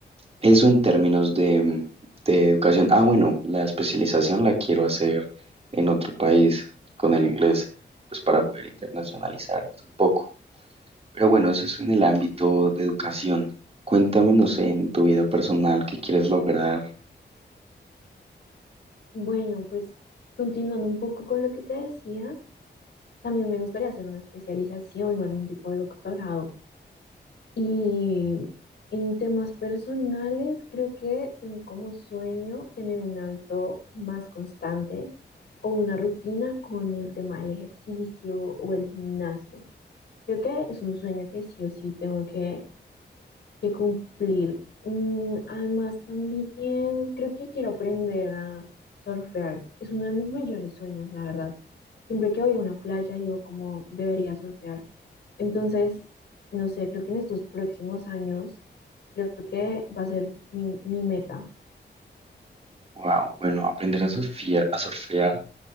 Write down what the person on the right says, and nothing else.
eso en términos de, mm, de educación. Ah, bueno, la especialización la quiero hacer en otro país con el inglés, pues para poder internacionalizarnos un poco. Pero bueno, eso es en el ámbito de educación. Cuéntame, no sé, en tu vida personal, ¿qué quieres lograr?
Wow, bueno, aprender a surfear, a surfear